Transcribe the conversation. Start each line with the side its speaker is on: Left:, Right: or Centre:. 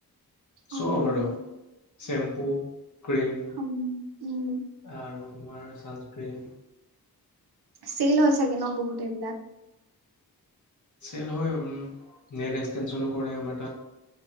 Left: চব
Right: অ
Left: আৰু
Right: অ
Left: শেম্পু ক্ৰীম
Right: উম উম
Left: আৰু তোমাৰ ছানস্ক্ৰীণ
Right: চেইল হয় চাগে ন বহুত এইবিলাক
Left: চেল হয় উ নল এক্সটেনচনো কৰে আমাৰ তাত